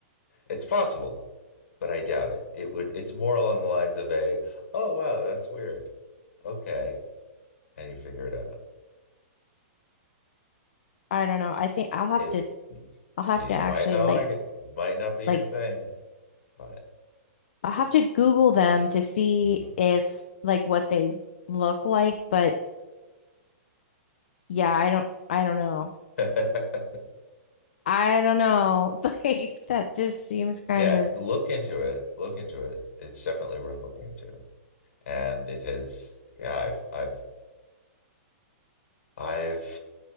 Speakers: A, on the left; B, on the left.
A: It's possible, but I doubt it. It would, it's more along the lines of a, oh, wow, that's weird. Okay. And you figure it out.
B: <laughs> I don't know. I think I'll have
A: It's,
B: to, I'll have
A: you
B: to actually
A: might not
B: like,
A: like it, might not be
B: like
A: your thing, but
B: I'll have to Google them to see
A: mhm.
B: if like what they look like, but Yeah, I don't I don't know.
A: <laughs>
B: I don't know. <laughs> Like that just seems kind
A: Yeah,
B: of
A: look into it. Look into it. It's definitely worth looking into. And it has, yeah, I've, I've, I've,